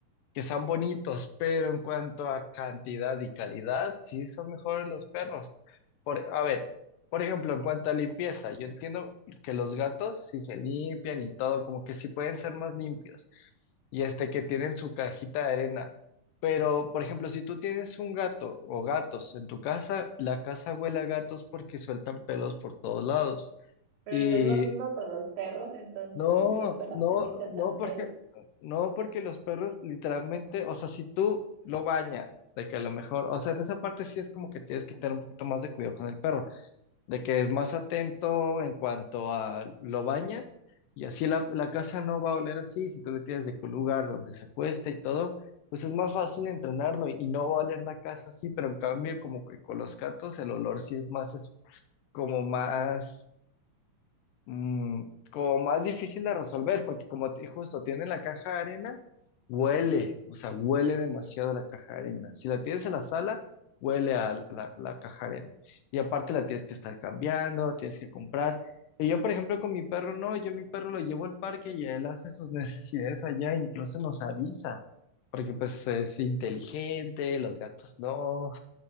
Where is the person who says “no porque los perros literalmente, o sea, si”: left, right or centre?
Left